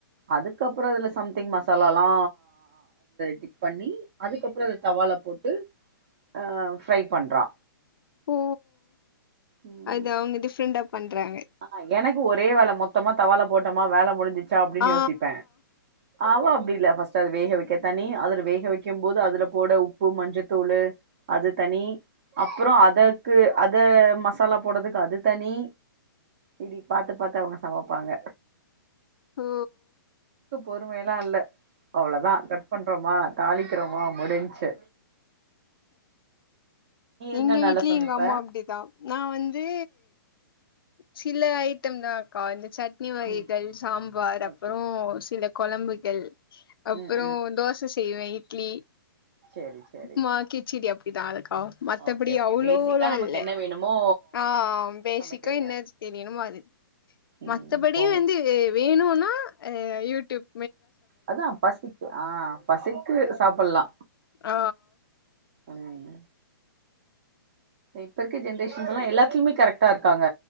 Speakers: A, on the right (about 25°); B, on the left (about 80°).
A: அதுக்கப்பறோ அதுல சம்திங் மசாலால்லா டிப் பண்ணி அதுக்கப்பறோ அத தவால போட்டு அ ஃப்ரை பண்றா
B: ஓ
A: ம்.
B: அது அவங்க டிஃப்ரெண்டா பண்றாங்க.
A: ஆ எனக்கு ஒரே வேல மொத்தமா தவால போட் என்னமா வேல முடிஞ்சுச் த அப்டின்
B: ஆ
A: யோசிப்ப அவ அப் அப்டி இல்ல ஃபர்ஸ்ட் அது வேக வைக்க தனி அதுல வேக வைக்கும் போது அதுல போட உப்பு மஞ்சத்தூளு அது தனி அப்பற அதுக்கு அத மசாலா போடதுக்கு அது தனி இப்டி பாத்து பாத்து அவுங்க சமைப்பாங்க
B: ஓ
A: பொறுமையல்லா இல்ல அவ்ளதா கட் பண்றோமா தாளிக்கிறோமா முடிஞ்சு
B: எங்க
A: என்ன
B: வீட்லயு
A: நல்லா சமைப்ப
B: எங்க அம்மா அப்டிதா நா வந்து சில ஐட்டம் தாக்கா இந்த சட்னி வகைகள்
A: ம்
B: சாம்பார்
A: ஓகே
B: அப்றோ சில கொழம்புகள் அப்புறோ
A: ம்
B: தோச செய்வ இ ட்லி
A: செரி செரி
B: மா கிச்சடி அப் இதாலக் கா மத்தபடி
A: ஓகே ஓகே
B: அவ்ளோல்லா
A: பேசிக்கா நமக்கு
B: இல்ல
A: என்ன வேணுமோ
B: ஆ பேசிக்கா
A: சமைக்கிறீங்க
B: என்ன தெரியணுமோ அது
A: ம்
B: மத்தபடி
A: போங்க
B: வந்து வேணுனா ஆ அ யூட்யூப்
A: அதா பசிக் ஆ பசிக்கு சாப்ட்லா
B: ஆ
A: ம் இப்ப இருக்க ஜென்ரேஷன்ஸ் எல்லா எல்லாத்துலயுமே கரெக்டா இருக்காங்க